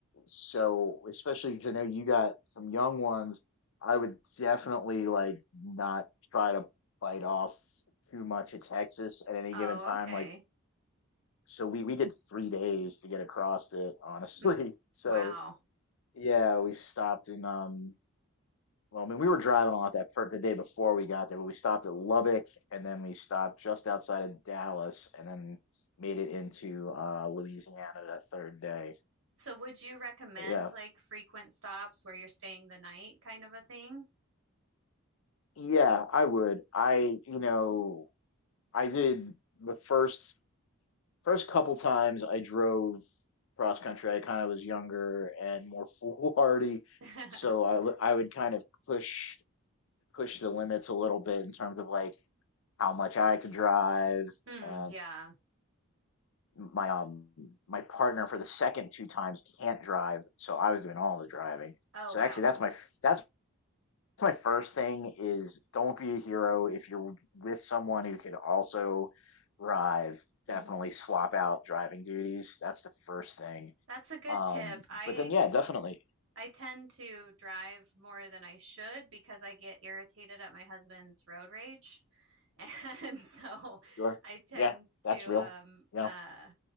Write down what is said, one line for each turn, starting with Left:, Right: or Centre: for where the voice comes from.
Left: so especially 'cause I know you got some young ones, I would definitely like not try to bite off too much of Texas at any
Right: Oh,
Left: given time.
Right: okay.
Left: Like so we we did three days to get across it, honestly.
Right: Mm.
Left: <laughs> So
Right: Wow.
Left: yeah, we stopped in um well, I mean we were driving a lot that for the day before we got there, but we stopped at Lubbock and then we stopped just outside of Dallas and then made it into uh Louisiana that third day.
Right: So would you recommend
Left: But yeah.
Right: like frequent stops where you're staying the night kind of a thing?
Left: Yeah, I would. I, you know, I did the first first couple times I drove cross country. I kind of was younger and more <laughs> foolhardy,
Right: <laughs>
Left: so I w- I would kind of push push the limits a little bit in terms of like how much I could drive.
Right: Mm,
Left: And
Right: yeah.
Left: my um my partner for the second two times can't drive, so I was doing all the driving.
Right: Oh,
Left: So
Right: wow.
Left: actually, that's my that's my first thing is don't be a hero if you're with someone who could also drive.
Right: hmm
Left: Definitely swap out driving duties. That's the first thing.
Right: That's a good
Left: Um,
Right: tip. I
Left: but then yeah, definitely
Right: I tend to drive more than I should because I get irritated at my husband's road rage. <laughs> And so
Left: sure.
Right: I tend
Left: Yeah,
Right: to
Left: that's real.
Right: um
Left: You know,
Right: uh